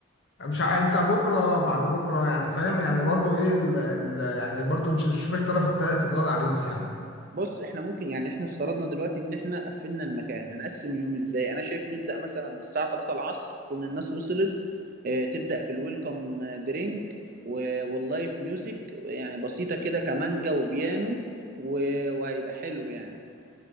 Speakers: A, on the left (about 60°); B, on the right (about 45°).
A: مش ع... انت بكره بعد بكره يعني فاهم يعني برضو ايه ال... ال... يعني برضو نش- نشوف الطرف الثالث اللي هو العريس يعني
B: بص احنا ممكن يعني احنا افترضنا دلوقتي ان احنا قفلنا المكان هنقسم اليوم ازاي انا شايف نبدأ مثلا من الساعة 3 العصر تكون الناس وصلت اه تبدأ بالويلكم درينك واللايف ميوزك يعني بسيطة كده كمانجا وبيانو و- وهيبقى حلو يعني